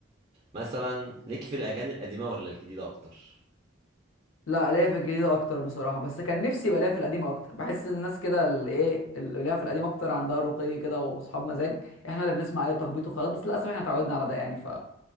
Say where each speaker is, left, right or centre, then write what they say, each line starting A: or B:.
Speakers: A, on the right; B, on the left.
A: مثلا ليك في الاغاني القديمه ولا الجديده اكتر
B: لا ليا في الجديدة أكتر بصراحة بس كان نفسي يبقى ليا في القديم أكتر بحس إن الناس كده اللي إيه اللي ليها في القديم أكتر عندها رقي كده وأصحاب مزاج إحنا اللي بنسمع أي تخبيط وخلاص بس للأسف إحنا اتعودنا على ده يعني ف